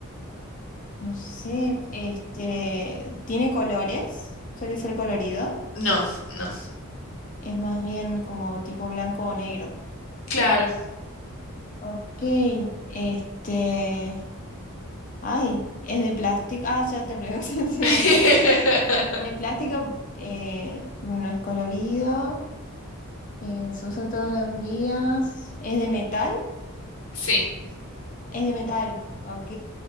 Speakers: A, on the left; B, on the left.
A: no sé. Este, ¿tiene colores? ¿Suele ser colorido?
B: No, no.
A: Es más bien como tipo blanco o negro.
B: Claro.
A: Ok. Este, ay, ¿es de plástico? Ah, ya te pregunté <laughs> si era
B: <laughs>
A: de plástico. Es de plástico, eh, no es colorido. Eh, se usa todos los días. ¿Es de metal?
B: Sí,
A: Es de metal. Ok.